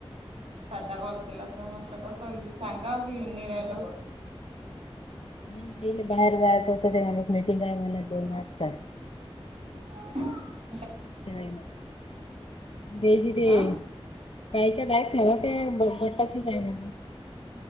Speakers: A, on the right (about 70°); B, on the left (about 65°).
A: साधा कॉल केला तर म कस होईल सांगा कि येऊन नाही राहिलो.
B: नाहीरे बाहेर जायचं होतं तेव्हालाच मिटिंग आहे म्हनल दोन वाजता.
A: <inaudible>
B: तेव्हा बेजी ते
A: आं.
B: कायच्यात आहेत ना म ते भटाचीच आहे म्हन.